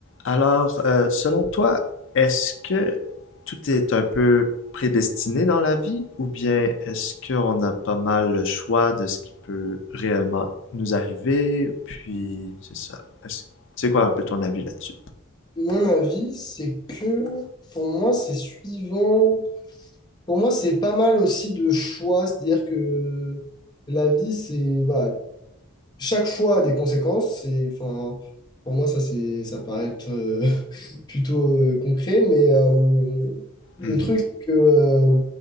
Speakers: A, on the left; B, on the left.
A: Alors, euh, selon toi, est-ce que tout est un peu prédestiné dans la vie ou bien est-ce qu'on a pas mal le choix de ce qui peut réellement nous arriver? Puis, c'est ça. Est-ce- C'est quoi un peu ton avis là-dessus?
B: Mon avis, c'est que pour moi, c'est suivant. Pour moi, c'est pas mal aussi de choix. C'est-à-dire que la vie, c'est. Voilà. Chaque choix a des conséquences. C'est, enfin, pour moi, ça, c'est, ça paraît être. euh, <laughs> plutôt euh, concret, mais euh, le
A: Mhm.
B: truc, c'est que euh,